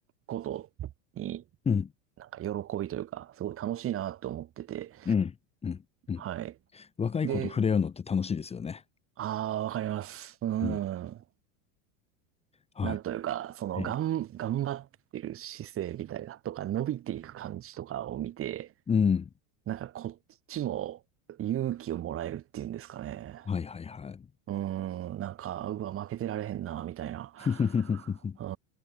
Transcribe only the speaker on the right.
ことに、
なんか喜びというか、すごい楽しいなと思ってて、
はい。
で、ああ、わかります。う
ん。
なんというか、その、
がん、頑張ってる姿勢みたいなとか、伸びていく感じとかを見て、
なんかこっちも勇気をもらえるっていうんですかね。
うーん、なんか、うわ、負けてられへんな、みたいな、
うーん、